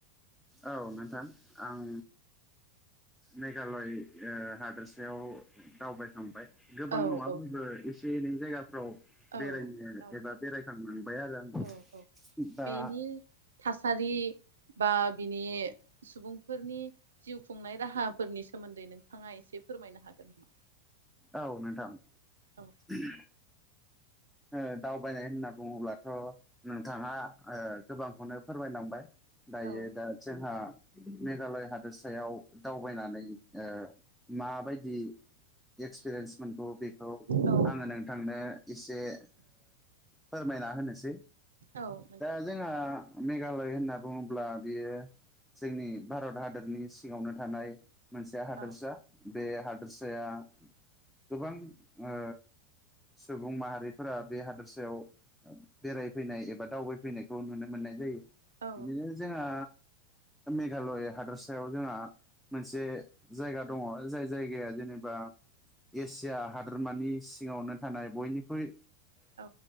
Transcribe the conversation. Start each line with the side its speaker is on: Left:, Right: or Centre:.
Centre: औ नोंथां आं मेघालय ओ हादोरसायाव दावबायखांबाय गोबां
Right: औ
Centre: नङाबाबो
Right: औ
Centre: एसे एनै जायगा फ्राव
Right: औ
Centre: बेरायनो
Right: औ
Centre: एबा बेरायखांलांबाय आरो आङो
Right: औ औ
Centre: दा
Right: बेनि थासारि बा बिनि सुबुंफोरनि जिउ खुंनाय राहाफोरनि सोमोनदै नोंथाङा एसे एसे फोरमायनो हागोन नामा
Centre: औ नोंथां <unintelligible>
Right: औ
Centre: ओ दावबायनाय होनना बुङोब्लाथ' नोंथाङा ओ गोबांखौनो फोरमायलांबाय दायो
Right: औ
Centre: दा जोंहा मेघालय हादोरसायाव दावबायनानै ओ माबायदि एक्स पिरियेन्स मोनगौ बेखौ
Right: औ
Centre: आङो नोंथांनो एसे ओ फोरमायना होनोसै
Right: औ नंगौ
Centre: दा जोंहा मेघालय होनना बुङोब्ला बेयो जोंनि भारत हादरनि सिङावनो थानाय मोनसे हादोरसा
Right: औ
Centre: बे हादोरसाया गोबां ओ सुबुं माहारि फोरा बे हादोरसायाव बेरायफैनाय एबा दावबायफैनायखौ नुनो मोननाय जायो
Right: औ
Centre: बिदिनो जोंहा मेघालय हादोरसायाव जोंहा मोनसे जायगा दङ जाय जायगाया जेनेबा बा एसिया हादोरमानि सिङावनो थानाय बयनिख्रुइ
Right: औ